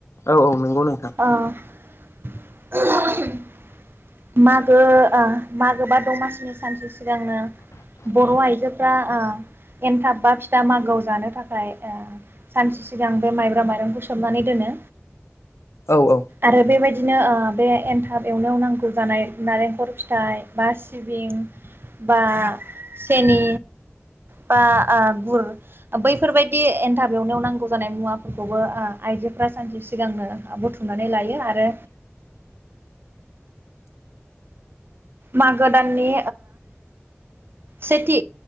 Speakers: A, on the left; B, on the right.
A: औ औ नंगौ नोंथां
B: ओ <unintelligible> मागो ओ मागो बा दमासिनि सानसे सिगां सिगांनो बर' आइजोफ्रा ओ एनथाब बा फिथा मागोआव जानो थाखाय ओ सानसे सिगां बे माइब्रा माइरंखौ सोमनानै दोनो
A: औ औ
B: आरो बेबायदि बिदिनो ओ बे एनथाब एवनायाव नांगौ गौ जानाय नारेंखल फिथाइ बा सिबिं बा सेनि बा आ गुर बैफोरबायदि एन्थाबवनायाव नांगौ जानाय मुवाफोरखौबो आइजोफोरा सानसे सिगांनो बुथुमनानै लायो आरो मागो दाननि सेथि